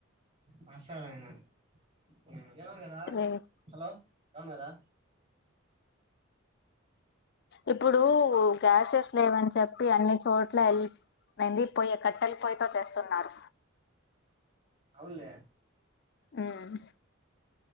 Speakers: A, on the right; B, on the left.
A: వస్సారాయన <unintelligible>
B: రే
A: హలో అవును కదా
B: ఇప్పుడు గ్యాసెస్ లేవని చెప్పి అన్ని చోట్ల ఎళ్ప్ ఏంది పొయ్య కట్టెలు పొయ్యతో చేస్తున్నారు
A: అవునులే
B: ఉమ్మ్